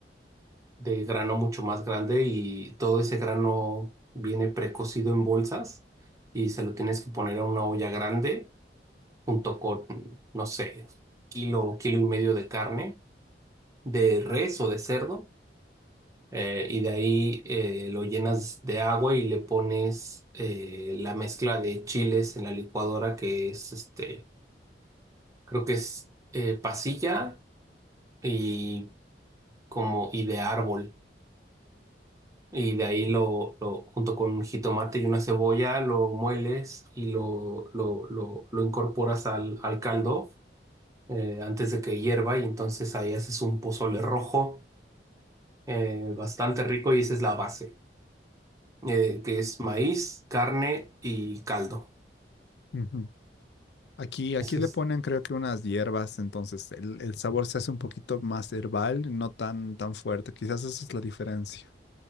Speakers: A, on the right; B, on the left.
A: de grano mucho más grande y todo ese grano viene precocido en bolsas y se lo tienes que poner a una olla grande junto con, no sé, kilo, kilo y medio de carne, de res o de cerdo. eh, y de ahí eh, lo llenas de agua y le pones eh, la mezcla de chiles en la licuadora que es este, creo que es eh, pasilla y como y de árbol. Y de ahí lo,
B: Mm.
A: lo junto con un jitomate y una cebolla, lo mueles y lo, lo, lo, lo incorporas al, al caldo eh, antes de que hierva. Y entonces ahí haces un pozole rojo eh, bastante rico y esa es la base, eh, que es maíz, carne y caldo.
B: Ujú. Aquí, aquí
A: Eso
B: le
A: es,
B: ponen creo que unas hierbas, entonces el, el sabor se hace un poquito más herbal, no tan, tan fuerte. Quizás esa es la diferencia.